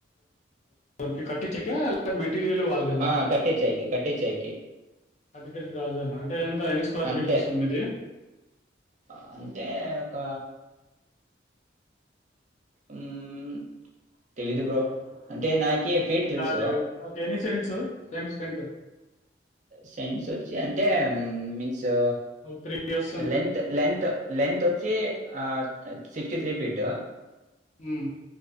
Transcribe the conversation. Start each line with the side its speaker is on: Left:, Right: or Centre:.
Left: అ కట్టించేక లేక మెట్ టీరిల్ వాళ్ళదేనా
Right: ఆ కట్టించాయికి కట్టించాయికి
Left: అదిగ రాజనా అంటే ఎంత ఎన్ని స్క్వేర్
Right: అంతే
Left: ఫీట్లు వస్తుంది మీది
Right: ఆ, అంటే ఒక ఊం తెలిదు బ్రో అంటే నాకి ఫీట్
Left: అందాకే
Right: తెలుసు
Left: ఓకే ఎన్ని సెంట్సు పెండ్ సెంట్
Right: సెంట్స్ ఒచ్చి అంటే ఉం సో
Left: ఒక త్రీ వస్తుంది
Right: లెంత్ లెంత్ లెంత్ ఒచ్చి ఆ సిక్స్టీ త్రీ ఫీటు
Left: మ్